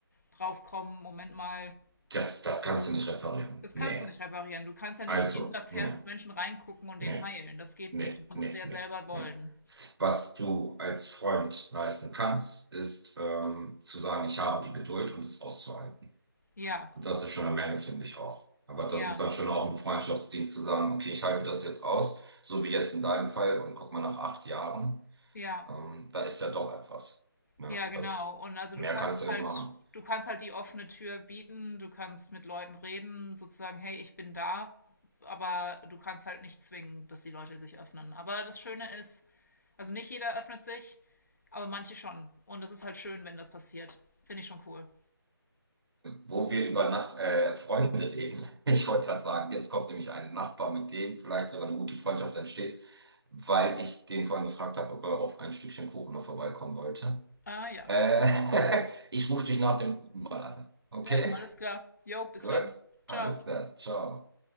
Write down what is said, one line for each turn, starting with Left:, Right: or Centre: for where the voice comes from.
Left: draufkommen. Moment mal,
Right: Das, das
Left: so,
Right: kannst du nicht reparieren.
Left: das
Right: Nee.
Left: kannst du nicht reparieren. Du kannst ja
Right: Also,
Left: nicht in das
Right: nee,
Left: Herz des Menschen reingucken und
Right: nee,
Left: den heilen. Das geht
Right: nee,
Left: nicht. Das musst
Right: nee,
Left: du ja
Right: nee.
Left: selber wollen.
Right: nee. Was du als Freund leisten kannst, ist ähm, zu sagen, ich habe die Geduld und es auszuhalten.
Left: Ja,
Right: Und das ist schon eine Menge, finde ich auch. Aber das
Left: ja,
Right: ist dann schon auch ein Freundschaftsdienst zu sagen, okay, ich halte das jetzt aus, so wie jetzt in deinem Fall, und guck mal nach acht Jahren,
Left: ja,
Right: ähm, da ist ja doch etwas. Ne?
Left: ja, genau.
Right: Das,
Left: Und also
Right: mehr
Left: du kannst
Right: kannst
Left: es
Right: du nicht
Left: halt,
Right: machen.
Left: du kannst halt die offene Tür bieten, du kannst mit Leuten reden, sozusagen, hey, ich bin da, aber du kannst halt nicht zwingen, dass die Leute sich öffnen. Aber das Schöne ist, also nicht jeder öffnet sich, aber manche schon. Und das ist halt schön, wenn das passiert. Finde ich schon cool.
Right: wo wir über Nach äh, Freunde reden. <laughs> Ich wollte gerade sagen, jetzt kommt nämlich ein Nachbar, mit dem vielleicht sogar eine gute Freundschaft entsteht, weil ich den vorhin gefragt habe, ob er auf ein Stückchen Kuchen noch vorbeikommen wollte.
Left: Ah ja.
Right: Äh, <laughs> ich rufe dich nach dem Kuchen mal an. Okay,
Left: Ja, alles klar. Jo, bis
Right: gut,
Left: dann.
Right: alles
Left: Ciao.
Right: klar, ciao.